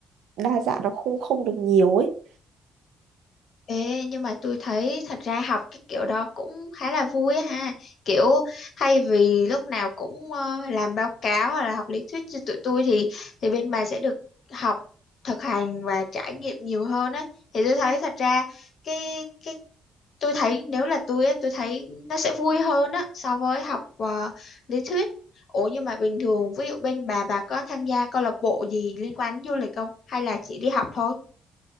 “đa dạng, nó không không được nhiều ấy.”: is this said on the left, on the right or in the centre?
Right